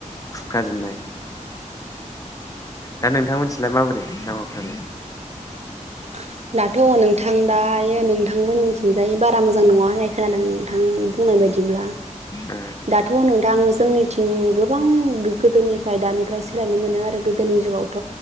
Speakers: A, on the left; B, on the right.
A: खुरखाजोबनाय दा नोंथां मोनथिंलाय माबोरै लामाफ्रालाय?
B: <inaudible> दाथ' नोंथां दायो नोंथांमोननिथिंजायै बारा मोजां नङा होननाय खोनादों नोंथां। बुंनाय बायदिब्ला।
A: ओ।
B: दाथ' नोंथां जोंनि थिं गोबां गोदोनिफ्राय दानिफ्राय सोलायनो मोनो आरो गोदोनि जुगाव।